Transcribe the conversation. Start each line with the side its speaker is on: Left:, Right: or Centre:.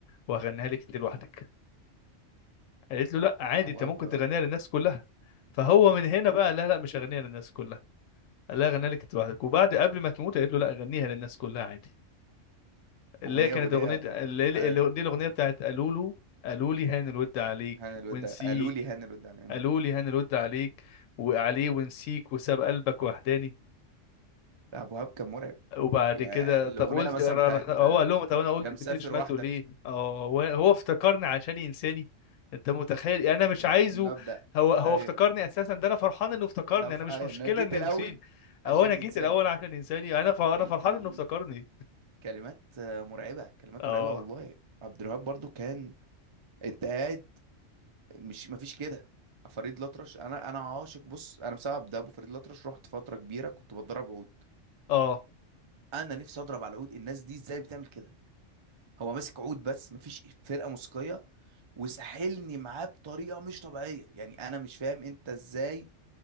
Left: وهغنيها لك أنت لوحدك قالت له لا عادي
Right: ابواب
Left: أنت ممكن تغنيها للناس كلها فهو من هنا بقى لا لا مش هغنيها للناس كلها قال لها غنيها لك أنت لوحدك وبعد قبل ما تموت قالت له لا غنيها للناس كلها عادي اللي
Right: اغنيه
Left: هي كانت
Right: اغنيه
Left: أغنية اللي
Right: آه،
Left: اللي- دي الأغنية بتاعت قالوا له قالوا لي هان الود عليك
Right: هاني الوداع
Left: ونسيك
Right: قالوا لي هاني الوداع مم.
Left: قالوا لي هان الود عليك وعليه ونسيك وساب قلبك وحداني
Right: لا ابواب كان مرعب
Left: وبعد
Right: يعني
Left: كده
Right: الاغنيه
Left: طب قلت
Right: مثلا
Left: راح-
Right: بتاعت
Left: هو
Right: آه،
Left: قال لهم طب انا قلت
Right: يا مسافر
Left: بتشمته
Right: وحدك
Left: ليه اه هو هو افتكرني عشان ينساني انت متخيل يعني انا مش
Right: من
Left: عايزه
Right: من المبدأ
Left: هو هو
Right: ايوه
Left: افتكرني اساسا ده انا فرحان انه افتكرني
Right: ده ف...
Left: انا
Right: آه،
Left: مش مشكله
Right: انا جيت
Left: انه
Right: الاول
Left: ينسيني او
Right: عشان
Left: انا
Right: ينساني
Left: جيت الاول عشان ينساني انا ف... انا
Right: ال...
Left: فرحان انه افتكرني
Right: الكلمات آه، مرعبه كلمات
Left: اه
Right: مرعبه والله عبد الوهاب برضو كان انت قاعد مش مفيش كده فريد الأطرش انا انا عاشق بص انا بسبب ده ابو فريد الأطرش رحت فتره كبيره كنت بتدرب عود
Left: اه
Right: انا نفسي اضرب على العود الناس دي ازاي بتعمل كده هو ماسك عود بس مفيش فرقه موسيقيه وساحلني معاه بطريقه مش طبيعيه يعني انا مش فاهم انت ازاي